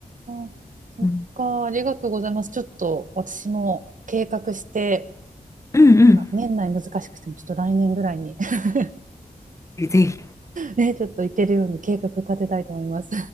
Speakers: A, on the right; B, on the left.
A: あ、そっか、
B: うん、
A: ありがとうございます。ちょっと私も計画して。
B: うんうん、
A: 年内難しくても、ちょっと来年ぐらいに <laughs>
B: ぜひ
A: ね、ちょっと行けるように計画立てたいと思います。